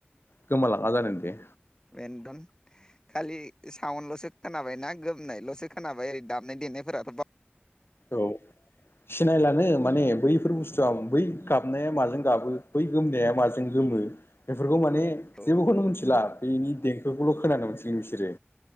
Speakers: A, on the left (about 65°); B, on the left (about 20°).
A: गोमालाङा जानो दे।
B: बेनोथ खालि साउनडल'सो खोनाबायनाा गोमनायल'सो खोनाबाय ओरै दामनाय देनायफोराथ' बाव
A: औ सिनायलानो माने बैफोर बुस्थु आं बै गाबनाया माजों गाबो। बै गोमनाया माजों गोमो। बेफोरखौ माने
B: औ
A: जेबोखौनो मोनथिला बेनि देंखोखौल' खोनानो मोनसिगोन बिसोरो।